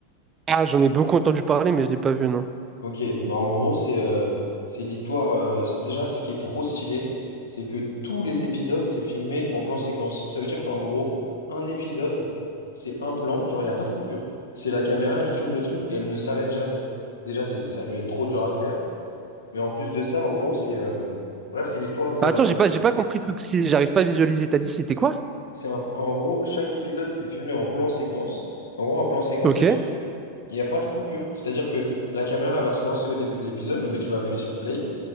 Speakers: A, on the right (about 25°); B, on the left (about 70°).
A: Ah, j'en ai beaucoup entendu parler, mais je l'ai pas vu, non.
B: Ok, bah en gros c'est euh, c'est l'histoire euh, s- déjà ce qui est trop stylé, c'est que tous les épisodes c'est filmé en plan séquence. Ça veut dire qu'en gros, un épisode c'est un plan, genre il n'y a pas de coupure. C'est la caméra, elle filme le truc et elle ne s'arrête jamais. Déjà ça, ça a dû être trop dur à faire, mais en plus de ça en gros c'est euh, bref, c'est l'histoire d'un
A: Ah, Attends, j'ai pas, j'ai pas compris le truc. Si j'arrive pas à visualiser, t'as dit c'était quoi?
B: c'est un en gros chaque épisode c'est filmé en plan séquence. En gros un plan séquence
A: Ok.
B: ça veut dire que il n'y a pas de coupure, c'est-à-dire que la caméra elle va se lancer au début de l'épisode, le mec il va appuyer sur play